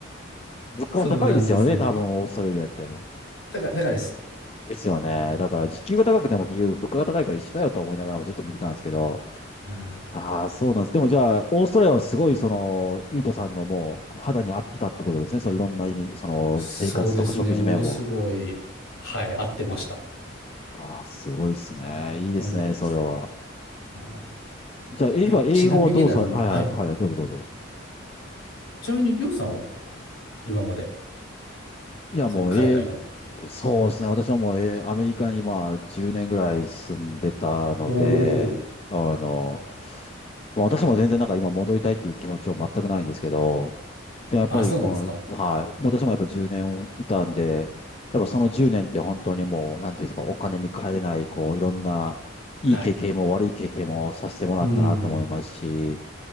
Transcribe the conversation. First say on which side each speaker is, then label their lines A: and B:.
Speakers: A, on the left; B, on the left.
A: 物価も高いですよね、
B: そうなんですよ。
A: 多分、オーストラリアって。
B: だから、だからです。
A: ですよね。だから、時給が高くても結局物価が高いから一緒だよと思いながらもずっと見てたんですけど、
B: うん。
A: ああ、そうなんです。でもじゃあ、オーストラリアはすごい、その、ゆうとさんのもう肌に合ってたってことですね。そういろんな意味、その、
B: そうですね。
A: 生活とか食事面も。
B: ものすごい、はい、合ってました。
A: ああ、すごいですね。いいですね、
B: そうなんです。
A: それは。
B: あの
A: じゃあ、え今、
B: え、
A: 英語はどうされ、
B: ちなみになん、
A: はいはい、
B: はい。
A: はい、どうぞどうぞ。
B: ちなみに、りょうさんは今まで、
A: いや、
B: そういう海外の。
A: もう、えーそうですね。私はもう、えーアメリカにまあ、10年ぐらい住んでたので、
B: おお、
A: あの、まあ私も全然なんか今戻りたいっていう気持ちは全くないんですけど、で、やっぱりこの、
B: あ、そうなんですか。
A: はい、私もやっぱ10年いたんで、やっぱその10年って本当にもう、なんていうんですか、お金に換えれない、こう、いろんな、いい経験も悪い経験もさせてもらったなと思いますし、
B: はい。うーん。